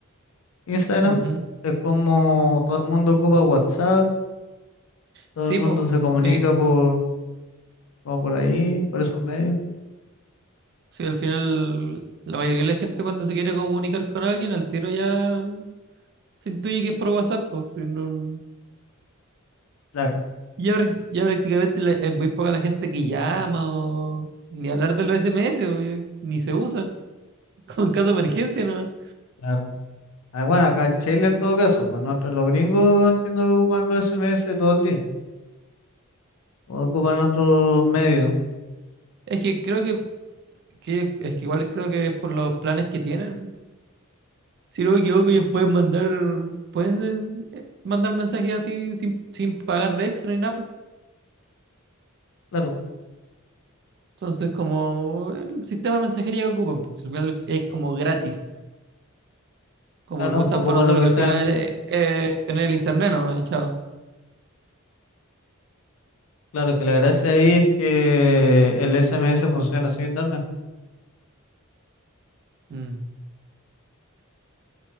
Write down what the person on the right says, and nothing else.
Ujú.
Sí,
po.
Eh,
sí, al final, la mayoría de la gente cuando se quiere comunicar con alguien, al tiro ya se intuye que es por WhatsApp, po. Si no-
ya, prac- ya prácticamente le- es muy poca la gente que llama o ni hablar de los SMS, po, ya ni se usan. <laughs> Como en caso de emergencia, ¿no?
Es que creo que, que- es que igual creo que es por los planes que tienen. Si no me equivoco, ellos pueden mandar, pueden eh, mandar mensajes así sin, sin pagar extra ni nada. pues.
Entonces, como el sistema de mensajería que ocupan, pues al final es como gratis, como
el WhatsApp
para nosotros,
que al
final es, es tener el internet, ¿no? Y chao.
Mm,